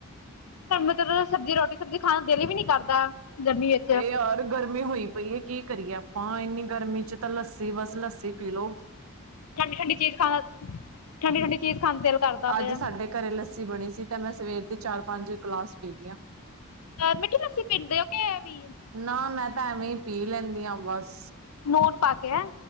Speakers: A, on the left; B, on the right.
A: ਸਾਨੂੰ ਮਤਲਬ ਸਬਜ਼ੀ ਰੋਟੀ ਸਬਜ਼ੀ ਖਾਣ ਨੂੰ ਦਿਲ ਵੀ ਨੀ ਕਰਦਾ, ਗਰਮੀ ਵਿੱਚ
B: ਇਹ ਯਾਰ ਗਰਮੀ ਹੋਈ ਪਈ ਏ ਕੀ ਕਰੀਏ ਆਪਾਂ, ਇੰਨੀ ਗਰਮੀ ਚ ਤਾਂ ਲੱਸੀ ਬਸ ਲੱਸੀ ਪੀ ਲਓ।
A: ਠੰਡੀ-ਠੰਡੀ ਚੀਜ਼ ਖਾਣ, ਠੰਡੀ-ਠੰਡੀ ਚੀਜ਼ ਖਾਣ ਦਾ ਦਿਲ ਕਰਦਾ ਪਿਆ
B: ਅੱਜ ਸਾਡੇ ਘਰੇ ਲੱਸੀ ਬਣੀ ਸੀ, ਤੇ ਮੈਂ ਸਵੇਰ ਦੀ ਚਾਰ ਪੰਜ ਗਲਾਸ ਪੀ ਗੀਆ।
A: ਮਿੱਠੀ ਲੱਸੀ ਪੀਂਦੇ ਹੋ, ਕਿ ਏਵੀ
B: ਨਾ ਮੈਂ ਤਾਂ ਐਵੇਂ ਹੀ ਪੀ ਲੈਂਦੀ ਹਾਂ ਬਸ।
A: ਨੂਨ ਪਾ ਕੇ ਹੈ।